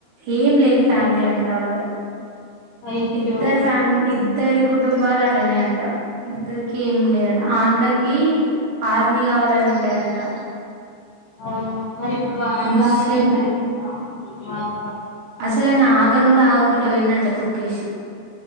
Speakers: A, on the right; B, on the left.
A: ఏం లేని ఫ్యామిలీ అంటా వాళ్ళ
B: అయ్యో
A: ఇద్దరు ఫ్యామిలీ ఇద్దరి కుటుంబాలు అట్లనే అంట ఇద్దరికి ఏం లేదు అన్నకి ఆర్మీ కావాలని ఉండే అంట
B: అవును మరి ఇప్పుడు
A: ముస్లిం
B: లారీ అయిన కలిసిండా వాళ్ళు
A: అసలు ఆయన ఆగను కూడా ఆగకుండా పోయిందంట తొక్కేసి